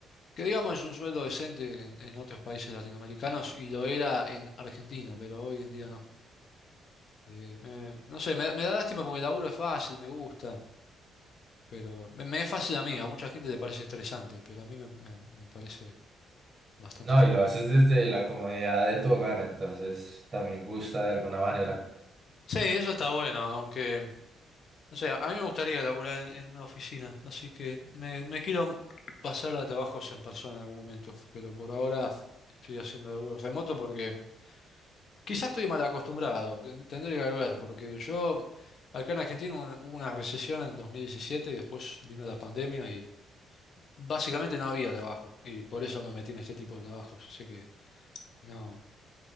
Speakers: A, on the left; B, on the right.
A: que digamos es un sueldo decente en, en otros países latinoamericanos y lo era en Argentina, pero hoy en día no. Eh, me- no sé, me, me da lástima porque el laburo es fácil, me gusta, pero me, me es fácil a mí, a mucha gente le parece estresante, pero a mí me, me- me parece bastante
B: No,
A: fácil.
B: y lo haces desde la comodidad de tu hogar, entonces también gusta de alguna manera.
A: Sí, eso está bueno, aunque... No sé, a mí me gustaría laburar en, en una oficina, así que me, me quiero pasar a trabajos en persona en algún momento, pero por ahora estoy haciendo laburo remoto porque quizás estoy mal acostumbrado, ten- tendría que ver, porque yo acá en Argentina hubo hubo una recesión en 2017 y después vino la pandemia y básicamente no había trabajo y por eso me metí en este tipo de trabajos, así que no,